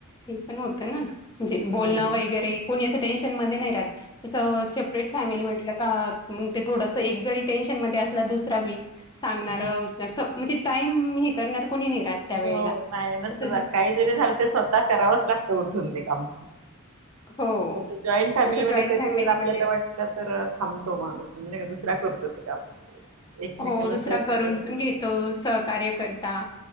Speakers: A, on the left (about 20°); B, on the right (about 85°).
A: हे पण होत ना म्हणजे बोलणं
B: हम्म
A: वगैरे कोणी असं टेन्शनमध्ये नाही राहत तसं सेप्पररेट फॅमिली म्हटलं का मग ते थोडस एक जरी टेन्शन मध्ये असला दुसरा बी सांगणार
B: नाही
A: तस टाइम हे करणार कोणी नाही राहत त्या वेळेला
B: हो नाही नसतं
A: तस.
B: झालं काही जरी झालं तरी स्वतः करावंच लागत उठून ते काम.
A: हो
B: तस जॉईंट फॅमिलीमध्ये
A: तसं जॉईंट
B: कधी
A: फॅमिलीमध्ये
B: जर आपल्याला वाट तर तर थांबतो माणूस म्हणे का दुसऱ्या करतो ते काम एकमेकाला
A: हो दुसरा
B: सहकार्य
A: करून
B: होतं
A: पण घेतो सहकार्य करता